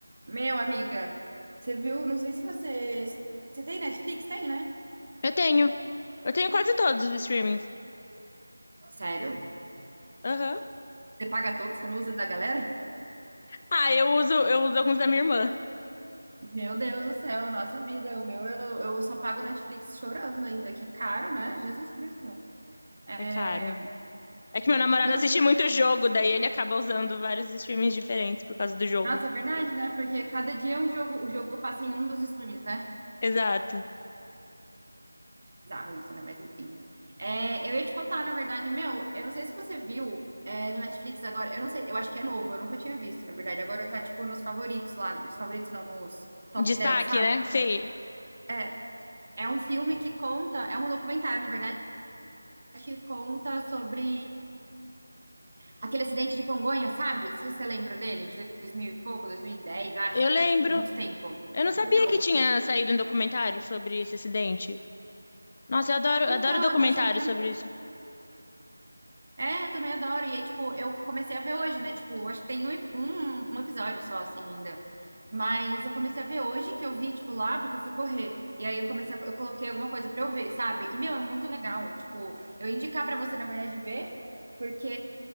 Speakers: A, on the right; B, on the left.
A: Meu, amiga, você viu? Não sei se você. Você tem Netflix? Tem, né?
B: Eu tenho. Eu tenho quase todos os streamings.
A: Sério?
B: Aham.
A: Você paga todo? Você não usa da galera?
B: Ah, eu uso, eu uso alguns da minha irmã.
A: Meu Deus do céu, nossa vida. O meu, eu, eu só pago Netflix chorando ainda, que é caro, né? Jesus Cristo. É...
B: É caro. É que meu namorado
A: Não,
B: assiste muito jogo, daí ele acaba usando vários streamings diferentes por causa do jogo.
A: nossa, é verdade, né? Porque cada dia o jogo, o jogo passa em um dos streams, né?
B: Exato.
A: bizarro isso, né? Mas enfim. É, eu ia te contar, na verdade, meu, eu não sei se você viu é, no Netflix agora, eu não sei, eu acho que é novo, eu nunca tinha visto, na verdade. Agora tá, tipo, nos favoritos lá, nos favoritos não, nos top
B: Destaque,
A: dez sabe?
B: né? Sei.
A: É, é um filme que conta, é um documentário, na verdade, que conta sobre aquele acidente de Congonhas, sabe? Não sei se você lembra dele, de 2000 e pouco, 2010 acho,
B: Eu lembro.
A: faz, tipo, muito tempo,
B: Eu
A: do
B: não sabia
A: avião.
B: que tinha saído um documentário sobre esse acidente. Nossa, eu adoro, eu
A: Então,
B: adoro documentário
A: eu tô achando que é
B: sobre isso.
A: É, eu também adoro. E aí, tipo, eu comecei a ver hoje, né? Tipo, acho que tem um, um, um episódio só, assim, ainda. Mas eu comecei a ver hoje, que eu vi, tipo, lá, porque eu fui correr. E aí eu comecei a, eu coloquei alguma coisa pra eu ver, sabe? E, meu, é muito legal. Tipo, eu ia indicar pra você, na verdade, ver, porque